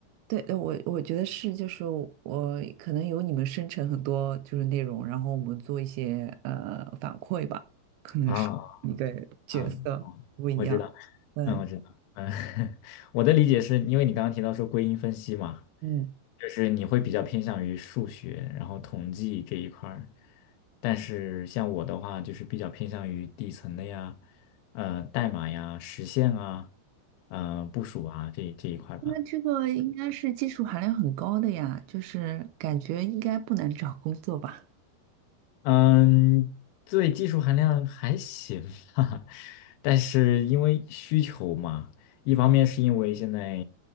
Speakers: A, on the right (about 80°); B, on the left (about 85°).
A: 对，呃我我觉得是，就是我可能有你们生成很多就是内容，然后我们做一些呃反馈吧，可能是一个角色不一样。
B: 啊啊。我知道，
A: 对，
B: 嗯，我知道，嗯，<laughs> 我的理解是因为你刚刚提到说归因分析嘛，
A: 嗯。
B: 就是你会比较偏向于数学，然后统计这一块儿，但是像我的话，就是比较偏向于底层的呀，呃，代码呀、实现啊，嗯、部署啊这这一块吧。
A: 那这个应该是技术含量很高的呀，就是感觉应该不难找工作吧？
B: 嗯，对，技术含量还行吧，<laughs> 但是因为需求嘛，一方面是因为现在